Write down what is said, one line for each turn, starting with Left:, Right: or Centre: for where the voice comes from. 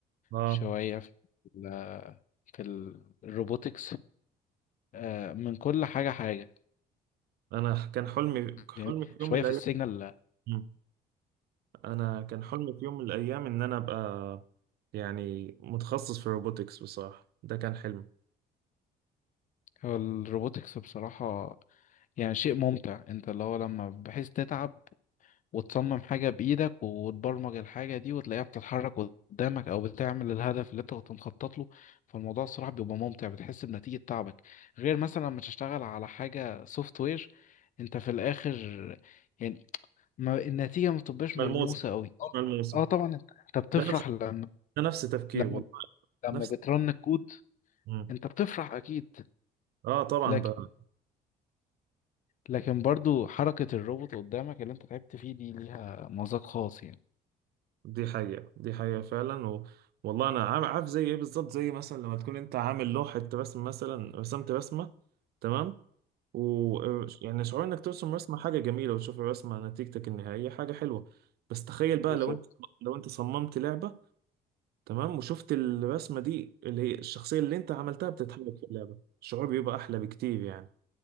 Right: اه
Left: شوية في ال في الروبوتكس آه، من كل حاجة حاجة
Right: انا كان حلمي حلمي
Left: جميل
Right: <laughs> في
Left: شوية
Right: يوم من الايام
Left: في السيجنال
Right: مم. انا كان حلمي في يوم من الايام ان انا ابقى يعني متخصص في الروبوتكس بصراحه ده كان حلمي
Left: هو الروبوتكس بصراحة يعني شيء ممتع انت اللي هو لما بحيث تتعب وتصمم حاجة بإيدك وتبرمج الحاجة دي وتلاقيها بتتحرك قدامك أو بتعمل الهدف اللي انت كنت مخطط له فالموضوع الصراحة بيبقى ممتع بتحس بنتيجة تعبك غير مثلا لما تشتغل على حاجة سوفت وير انت في الآخر يعني ما النتيجة ما بتبقاش
Right: ملموسه
Left: ملموسة قوي
Right: مش
Left: اه
Right: ملموسه
Left: اه طبعا انت انت بتفرح
Right: ده نفس
Left: لما
Right: ده نفس تفكير
Left: لما
Right: والله
Left: لما
Right: نفس
Left: بترن الكود
Right: مم.
Left: انت بتفرح اكيد
Right: اه طبعا
Left: لكن
Right: بقى
Left: لكن برضو حركة الروبوت قدامك اللي انت تعبت فيه دي ليها مذاق خاص يعني
Right: دي حقيقه دي حقيقه فعلا و... والله انا عام- عارف زي ايه بالظبط زي مثلا لما تكون انت عامل لوحه رسم مثلا رسمت رسمه تمام و يعني شعور انك ترسم رسمة حاجة جميلة وتشوف الرسمة نتيجتك النهائية حاجة حلوة بس تخيل بقى
Left: بالظبط
Right: لو انت لو انت صممت لعبة تمام وشفت الرسمة دي اللي هي الشخصية اللي انت عملتها بتتحرك في اللعبة الشعور بيبقى احلى بكتير يعني